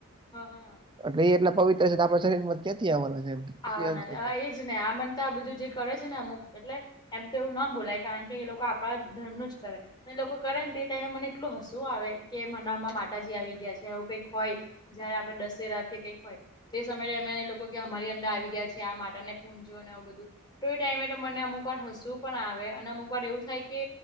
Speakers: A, on the left (about 20°); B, on the right (about 20°).
A: હા હા
B: એટલે એટલા પવિત્ર છે તો આપણા શરમાં ક્યાંથી આવવા છે, એમ કેટલી
A: આવવાના
B: અંધશ્રદ્ધા
A: છે એજ ને આ બનતા આ બધું જે કરે છે ને અમુક એટલે એમ તો એવું ના બોલાય કારણ કે એ લોકો આપણા ધર્મ ન જ કરે એ લોકો કરે ને ત ત મને એટલું હસું આવે કે મનામાં માતાજી આવી ગયા છે આવું કઈક હોય. જયારે આપડણે દસે રાખીએ કઈક હોય તે સમય અમે લોકો કેમા અંદર આવી ગયા છે, આ માટે ને પૂણજો અને આવું બધુ તો એ ટાઈમે તો મને અમુક વાર હશું પણ આવે અને અમુક વાર એવું થાય કે